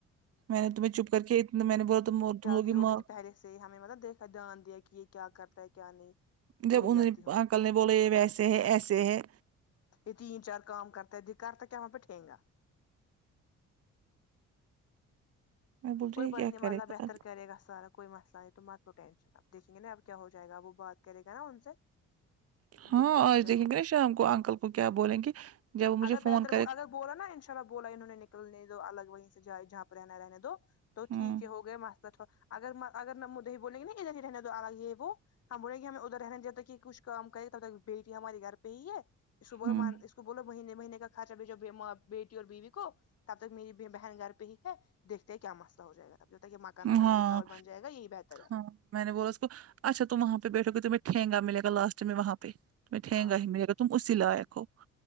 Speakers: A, on the right (about 50°); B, on the left (about 55°).
A: میں نے تمہیں چپ کر کے ات میں نے بولا تم تم لوگ
B: تی
A: کی
B: ہو
A: ماں
B: گئی تھی پہلے سے ہی ہمیں مطلب دیکھا دھیان دیا کہ یہ کیا کرتا ہے کیا نہیں
A: جب
B: وہی
A: انہوں
B: غلطی
A: نے
B: ہو گئی
A: انکل نے بولا یہ ویسے ہے ایسے ہے
B: یہ تین چار کام کرتا ہے یہ کرتا ہے کیا وہاں پہ ٹھیں گا
A: میں بول
B: کوئی
A: رہی ہوں
B: بات
A: یہ کیا
B: نہیں اب
A: کرے
B: اللہ
A: گا
B: بہتر کرے گا سارا کوئی مسئلہ ہے تو مت لو ٹینشن اپ دیکھیں گے اب کیا ہو جائے گا وہ بات کرے گا نا ان سے
A: ہاں
B: دیکھتے پھر
A: آج
B: کیا
A: دیکھیں
B: ہو
A: گے نا شام کو انکل کو کیا بولیں گے جب مجھے
B: اگر
A: فون
B: بہتر
A: کرے
B: اگر بولا نا انشاء اللہ بولا انہوں نے نکلنے دو الگ وہیں سے جائے جہاں پے رہنا رہنے دو تو
A: ہوں
B: ٹھیک ہے ہو گئے مسلہ تھے اگر اگر نا مجھے یہ بولیں گے نا ادھر ہی رہنے دو الگ یہ وہ ہم بولیں گی ہمیں ادھر رہنے جب تک کہ کچھ کام کرے تب تک بیٹی ہماری گھر پہ ہی ہے اس کو بولو
A: ہوں
B: من اس کو بولو مہینے مہینے کا خرچہ بھیجو اپنی ما بیٹی اور بیوی کو تب تک میری بہن گھر پہ ہی ہے دیکھتے ہیں کیا مسئلہ ہو جائےگا تب تک یہ مکان بنانے
A: ہاں
B: کی قبر بن جائےگا یہی بہتر ہے
A: ہاں میں نے بولا اس کو اچھا تم وہاں پہ بیٹھو تمہیں ٹھینگا ملے گا لاسٹ میں وہاں پہ تمہیں ٹھینگا
B: ہاں
A: ہی ملےگا تم اسی لائق ہو